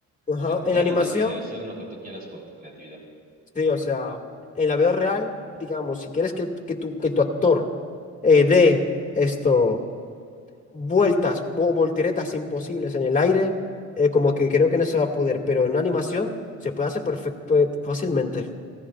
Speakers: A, on the left (about 25°); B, on the right (about 30°).
A: ajá,
B: de jugar
A: en la animación,
B: y de, y de hacer lo que tú quieras con tu creatividad.
A: sí, o sea, en la vida real, digamos, si quieres que, el- que, tu, que tu actor eh, dé esto, vueltas o volteretas imposibles en el aire, eh, como que creo que no se va a poder, pero en una animación se puede hacer perfecto, fácilmente.